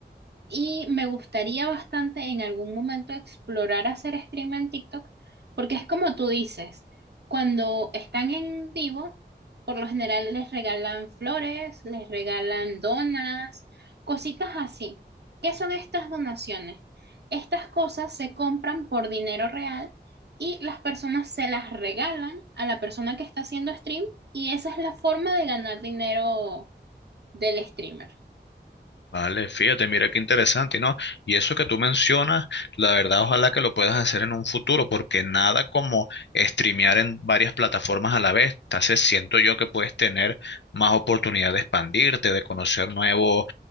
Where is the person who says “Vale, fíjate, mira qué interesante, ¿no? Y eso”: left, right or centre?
Left